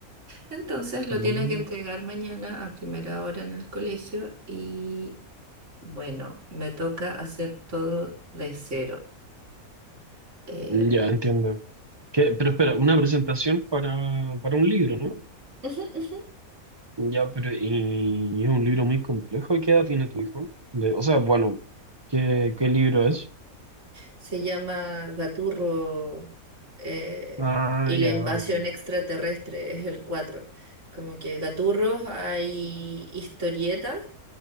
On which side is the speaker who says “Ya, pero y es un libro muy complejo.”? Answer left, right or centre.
Right